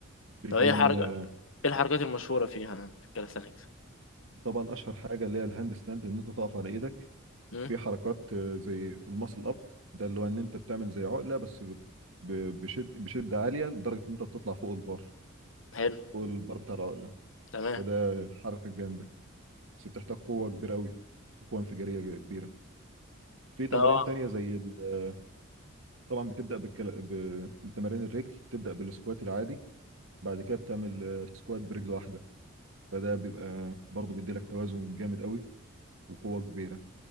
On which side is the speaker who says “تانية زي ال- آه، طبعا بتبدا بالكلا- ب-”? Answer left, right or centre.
Right